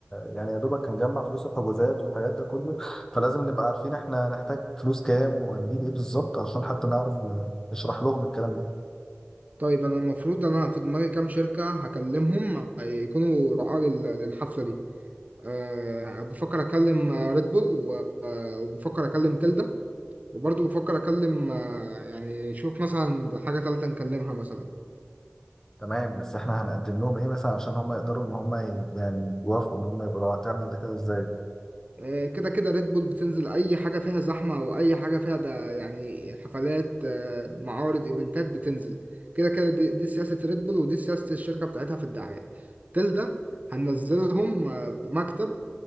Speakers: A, on the left; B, on the right.
A: يعني يا دوبك هنجمع فلوس الحجوزات والحاجات ده كله فلازم نبقى عارفين احنا نحتاج فلوس كام وهنجيب ايه بالظبط عشان حتى نعرف ن- نشرح لهم الكلام ده
B: طيب انا المفروض انا في دماغي كام شركة هكلمهم يكونوا رعاة لل- للحفلة دي أه بفكر اكلم ريد بول وبفكر اكلم تلدا وبرضه بفكر اكلم آه، يعني شوف مثلا حاجة تالتة نكلمها مثلا
A: تمام بس احنا هنقدم لهم ايه مثلا عشان هم يقدروا ان هم ي- يعني يوافقوا ان هم يبقوا هتعمل ده كده ازاي
B: آه، كده كده ريد بول بتنزل اي حاجة فيها زحمة او اي حاجة فيها ده يعني حفلات آه، معارض ايفنتات بتنزل كده كده دي, دي سياسة ريد بول ودي سياسة الشركة بتاعتها في الدعاية تل ده هننزلهم آه، بمكتب